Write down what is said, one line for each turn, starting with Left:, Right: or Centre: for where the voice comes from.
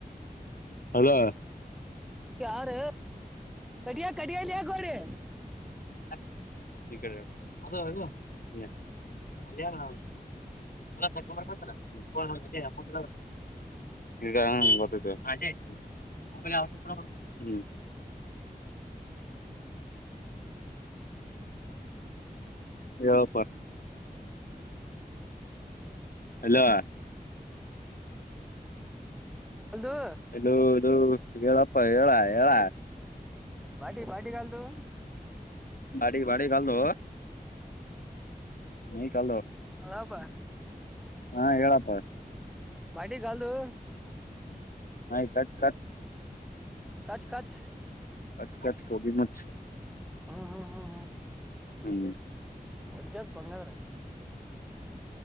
Left: ಅಲೋ
Centre: ಯಾರ ಕಡಿಯ ಕಡಿಯ ಲೆ ಗೋರಿ
Left: ಯ್ಕ್ ಈಕಡೆ ಅದು ಅದು ಯ್ಯ್ ಅಲ್ಲೆನ್. ಕ್ಲಚ್ಹಾಕೊಂಡ್ಬರ್ತೇತ್ತಲ್ಲ ಫೋನ್ ತಟೇ ಅಮೌಂಟ್ ಅದಾವ. ಇಗ ಗೊತ್ತೇತಿ ಹಾತೆ ಮೊಬೈಲ್ ಯಾವಾಗ್ ಕೊಡವ ಹು. ಹೇಳೋಪಾ ಹಲೋ
Centre: ಹಲೋ
Left: ಹಲೋ ಹಲೋ ಹೇಳಪ್ಪ ಹೇಳ ಹೇಳ.
Centre: ಭಾಟಿ ಭಾಟಿ ಕಲ್ ತು.
Left: ಬಾಡಿ ಬಾಡಿ ಕಲ್ದು. ನಹಿ ಕಲ್ದು.
Centre: ಹಲೋಪಾ
Left: ಹಾ ಹೇಳಪ್ಪ
Centre: ಭಾಟಿ ಗಲ್ ದು
Left: ನಾಯಿ ಕಚ್ ಕಚ್
Centre: ಕಚ್ ಕಚ್
Left: ಕಚ್ ಕಚ್ ಕೋಬಿ ಮುಚ್
Centre: ಹು ಹು ಹು
Left: ಹು
Centre: ಒಜ್ಜದ್ಪಾ ಹಂಗಾದ್ರ